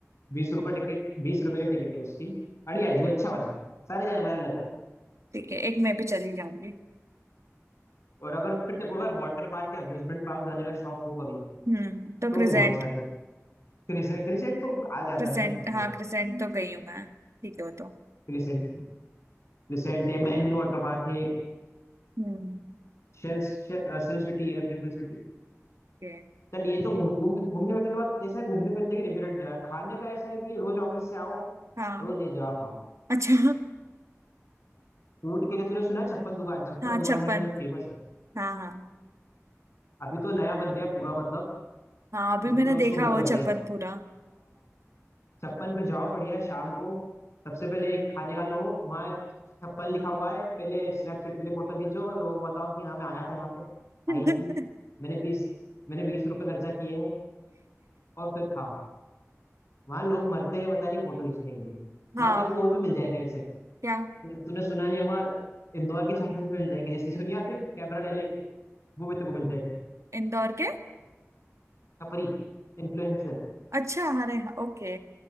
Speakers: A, on the left; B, on the right.
A: बीस रुपए टिकट बीस रुपए की टिकट है उसकी बढ़िया है जू अच्छा बना है सारे जानवर हैं लगभग
B: ठीक है एक मैं भी चली जाऊंगी
A: और अगर फिर देखो अगर वाटर पार्क या अम्यूजमेंट पार्क जाने का शौक हो कभी
B: हम्म तो
A: तो
B: क्रिसेंट
A: भी बहुत सारे हैं। क्रिसेंट क्रिसेंट तो आ जाता
B: क्रिसेंट
A: है ना तो
B: हाँ क्रिसेंट तो गई हूँ मैं ठीक है वो तो
A: क्रिसेंट क्रिसेंट है मैंगलो वाटर पार्क है एक
B: हम्म
A: शेल शे- शेल सिटी है अभी शेल सिटी
B: ये
A: चल ये तो घूम घूम घूमने फिरने तो बात ऐसा है घूमने फिरने की लिमिटेड जगह है खाने का ऐसा है कि रोज ऑफिस से आओ
B: हाँ
A: रोज नई जगह खाओ
B: अच्छा
A: फूड के लिए तूने सुना है छप्पन दुकान
B: <laughs>
A: छप्पन
B: हाँ
A: दुकान
B: छप्पन
A: यहाँ पे जो फेमस है
B: हाँ हाँ
A: अभी तो नया बन गया है पूरा मतलब
B: हाँ अभी
A: मतलब
B: मैंने
A: पूरा उसको
B: देखा
A: वो कर
B: वो
A: दिया
B: छप्पन
A: है
B: पूरा
A: छप्पन पे जाओ बढ़िया शाम को सबसे पहले एक खाने का लो वहाँ छप्पन लिखा हुआ है पहले स्नैपचैट के लिए फोटो खींचो लोगों को बताओ कि हाँ मैं आया था यहाँ पे
B: <laughs>
A: आई थी मैंने बीस मैंने बीस रुपए खर्चा किए हैं और फिर खाओ वहाँ लोग मरते हैं पता नहीं फोटो खींचने के लिए
B: हाँ
A: वहाँ देखो
B: वो
A: वो भी मिल जाएंगे वैसे
B: क्या
A: जैसे तुमने सुना नहीं होगा इंदौर के छपरी भी मिल जाएंगे जैसे जो नहीं आते कैमरा ले लेके वो भी तेरे को मिल जाएंगे
B: इंदौर के
A: छपरी इन्फ्लुएंसर
B: अच्छा अरे हाँ ओके